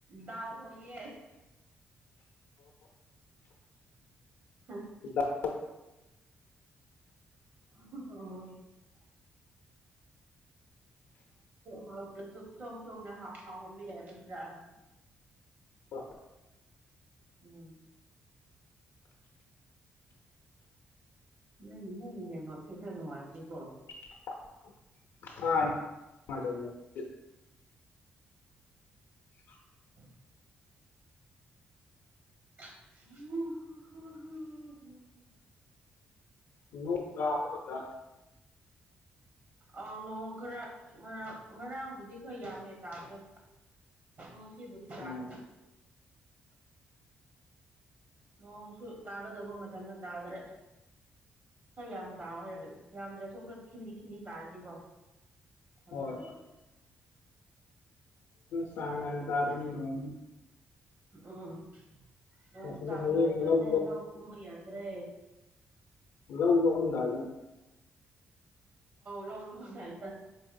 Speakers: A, on the right; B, on the left.
A: ꯗꯥꯜ ꯊꯣꯡꯂꯤꯌꯦ ꯍꯥ
B: ꯗꯥꯜ.
A: ꯍ ꯍꯗꯁꯨ ꯊ ꯊꯗ ꯍꯥꯂ ꯌꯥꯕ
B: ꯍ
A: ꯎꯝ ꯅꯣꯏ ꯏꯃꯨꯡ ꯅꯦꯠꯋꯥꯛ ꯁꯦ ꯈꯔꯥ ꯅꯨꯡꯉꯥꯏꯇꯦ ꯀꯦ
B: ꯑ ꯗ
A: ꯗ ꯗ
B: ꯅꯣꯡ ꯇꯕꯒꯥ
A: ꯑꯥꯎ ꯅꯣꯡ ꯈꯔ ꯉꯔꯥꯡ ꯉꯔꯥꯡꯕꯨꯗꯤ ꯈꯔ ꯌꯥꯝꯃꯦ ꯇꯥꯕꯗꯣ ꯉꯁꯤꯕꯨꯗꯤ ꯇꯥꯗꯔꯦ
B: ꯎꯝ
A: ꯅꯣꯡ ꯁꯨ ꯇꯥꯒꯗꯕ ꯃꯇꯝꯗ ꯇꯥꯗ꯭ꯔꯦ ꯈꯔ ꯌꯥꯝ ꯇꯥꯎ ꯍꯥꯏꯔꯒ ꯌꯥꯝꯗ꯭ꯔꯁꯨ ꯈꯔ ꯈꯤꯛꯂꯤ ꯈꯤꯛꯂꯤ ꯇꯥꯔꯗꯤꯀꯣ ꯐꯥꯒꯗꯧꯕ
B: ꯍꯣꯏ
A: ꯁ
B: ꯆꯥꯡ ꯅꯥꯏꯅꯥ ꯇꯥꯗꯕꯅꯤꯅꯦ ꯅꯣꯡꯖꯦ
A: ꯑꯣ ꯅꯤꯡ
B: ꯑꯁꯤꯅ
A: ꯆꯥꯡ
B: ꯍꯌꯦꯡ
A: ꯅꯥꯏꯗꯔ꯭ꯕꯅꯤꯅꯥ
B: ꯂꯣꯛ
A: ꯂꯧ ꯀꯨꯨꯝꯕ ꯌꯥ ꯗꯔ꯭ꯦ
B: ꯂꯧ ꯂꯣꯛꯑꯝꯗꯥꯏꯗ
A: ꯂꯧ ꯂꯣꯛꯑꯝ ꯗꯥꯏꯗ